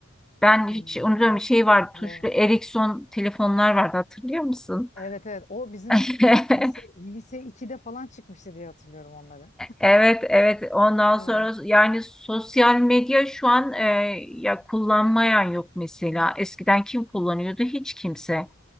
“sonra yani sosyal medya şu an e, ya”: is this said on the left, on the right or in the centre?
Centre